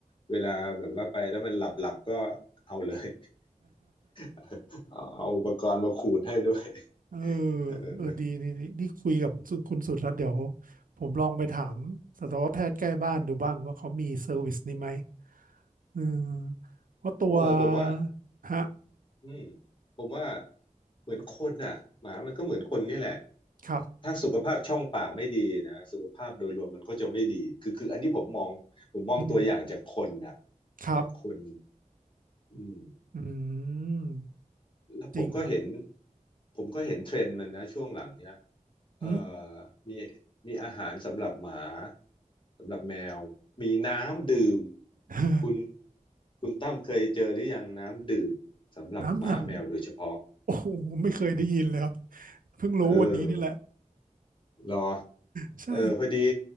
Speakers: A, on the left; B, on the right.
A: เวลาแบบว่าไปแล้วมันหลับหลับก็เอาเลย <laughs> เอาเอาอุปกรณ์มาขูดให้ด้วย
B: เออ
A: เออ
B: เออ ดีนี่นี่นี่คุยกับคุณสุดแล้วเดี๋ยวผมลองไปถามสัตวแพทย์ใกล้บ้านดูบ้างว่าเขามีเซอร์วิสนี้ไหม เออเพราะตัว
A: เออผมว่า
B: ฮะ
A: อืมผมว่าเหมือนคนอ่ะหมามันก็เหมือนคนนี่แหละ
B: ครับ
A: ถ้าสุขภาพช่องปากไม่ดีนะสุขภาพโดยรวมมันก็จะไม่ดีคือคืออันนี้ผมมองผมมองตัวอย่างจากคนน่ะ
B: อืม ครับ
A: จากคนอืม
B: อืม
A: แล้วผมก็เห็น
B: จริงครับ
A: ผมก็เห็นเทรนด์มันนะช่วงหลังเนี้ย
B: อืม
A: เอ่อมีมีอาหารสำหรับหมาสำหรับแมวมีน้ำดื่ม
B: <laughs>
A: คุณคุณตั้มเคยเจอหรือยังน้ำดื่มสำหรับหมาแมวโดยเฉพาะ
B: น้ำหนำโอ้โห ไม่เคยได้ยินเลยครับ เพิ่งรู้วันนี้นี่แหละ
A: เออ เหรอ
B: ใช่
A: เออพอดี